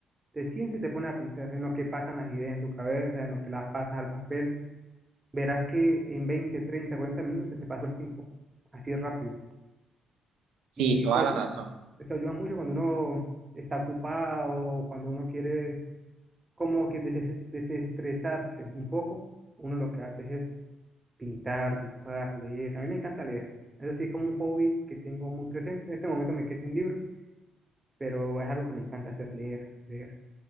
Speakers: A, on the right; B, on the right.
A: te sientes y te pones a pintar, en lo que pasan las ideas en tu cabeza, en lo que las pasas al papel, verás que en 20 30 40 minutos se te pasó el tiempo, así de rápido.
B: Sí,
A: Y
B: toda
A: eso ayuda,
B: la razón.
A: eso ayuda mucho cuando uno está ocupado, cuando uno quiere como que deses- desestresarse un poco, uno lo que hace es eso, pintar, dibujar, leer. A mí me encanta leer. Eso sí es como un hobby que tengo muy presente. En este momento me quedé sin libros, pero es algo que me encanta hacer, leer, leer.